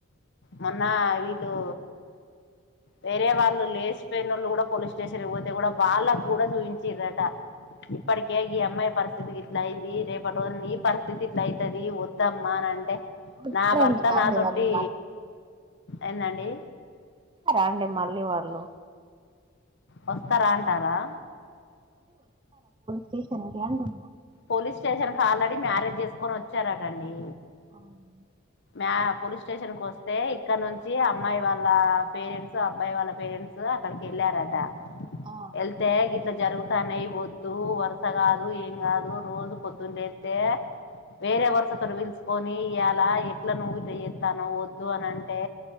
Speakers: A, on the left (about 55°); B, on the right (about 25°).
A: మొన్న వీళ్ళు వేరే వాళ్ళు లేచిపోయినళ్ళు కూడా పోలీస్ స్టేషన్ పోతే కూడా వాళ్ళకు కూడా చూపించ్రట ఇప్పటికిగి అమ్మాయి పరిస్థితికిిట్ల ఐన్ ది రేపటి రోజు నీ పరిస్థితి ఇట్లా అయితది వద్దమ్మా అని అంటే
B: వచ్చారండి
A: నా భర్త
B: నాండి
A: నా తొట్టి
B: వాళ్ళు
A: ఏందండి
B: రా అండి మళ్ళీ వాళ్ళు
A: వస్తారా అంటారా
B: పేషన అంట ఉన్నా
A: పోలీస్ స్టేషన్ క ఆల్రెడీ మ్యారేజ్ చేసుకొని వచ్చారటండి
B: <unintelligible>
A: మ్య పోలీస్ స్టేషన్ కు వస్తే ఇక్కడ నుంచి అమ్మాయి వాళ్ళ పేరెంట్స్ అబ్బాయి వాళ్ళ పేరెంట్స్ అక్కడికి వెళ్ళరంట
B: ఆ
A: ఎల్తేఇట్ల జరుగుతానై వద్దు వరుస కాదు ఏం కాదు నవ్వు రోజు పొద్దులేతే వేరే వరుసతో పిలుచకొని ఇయ్యాలా ఎట్లా నువ్వు చేయి ఇస్తానవు వద్దు అని అంటే